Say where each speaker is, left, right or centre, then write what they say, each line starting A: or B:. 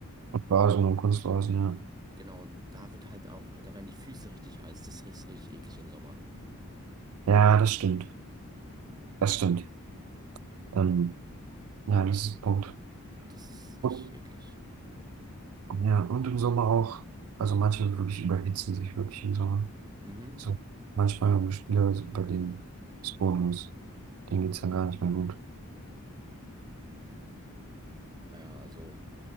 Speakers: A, on the right; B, on the right.
A: Und Rasen und Kunstrasen, ja.
B: Genau, und da wird halt auch, da werden die Füße richtig heiß. Das ist richtig eklig im Sommer.
A: Ja, das stimmt. Das stimmt. Ähm, ja, das ist ein Punkt.
B: Das ist richtig
A: Und,
B: eklig.
A: ja, und im Sommer auch, also manche wirklich überhitzen sich wirklich im Sommer.
B: Mhm.
A: So, manchmal haben wir Spieler, bei denen ist Bonus, denen geht es dann gar nicht mehr gut.
B: Ja, also,